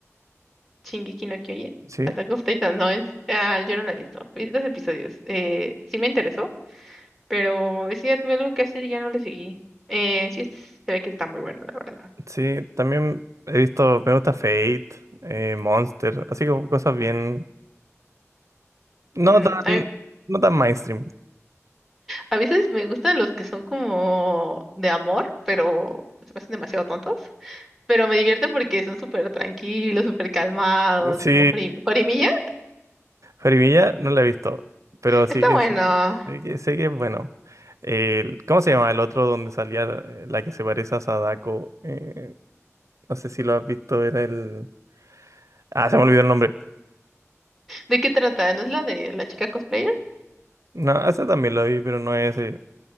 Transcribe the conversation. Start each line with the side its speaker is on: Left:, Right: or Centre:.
Centre: Shingeki no Kyojin,
Right: Sí,
Centre: Attack of Titan, no es. Ah, yo no la he visto. Vi dos episodios. Eh, sí me interesó, pero ese día tuve algo que hacer y ya no le seguí. Eh, sí, es- se ve que está muy bueno, la verdad.
Right: sí, también he visto, me gusta Fate, eh, Monster, así como cosas bien. No
Centre: Mm,
Right: tan,
Centre: a,
Right: no tan mainstream.
Centre: a veces me gustan los que son como de amor, pero se pasan demasiado tontos. Pero me divierte porque son súper tranquilos, súper calmados,
Right: Sí,
Centre: como Hori- Horimiya.
Right: Jorimilla no la he visto, pero sí
Centre: Está
Right: que
Centre: bueno.
Right: sé sé que, sé que es bueno. El- ¿cómo se llama el otro donde salía eh, la que se parece a Sadako? Eh, no sé si lo has visto, era el. Ah, se me olvidó el nombre.
Centre: ¿De qué trata? ¿No es la de la chica cosplayer?
Right: No, ese también lo vi, pero no es ese.